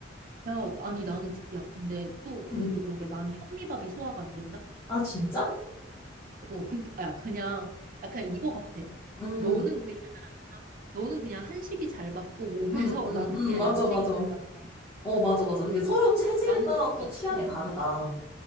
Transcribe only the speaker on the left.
음,
아, 진짜?
음,
음, 음,
음, 맞아,
맞아.
어, 맞아, 맞아.
이게 서로 체질에
따라
또 취향이
다르다.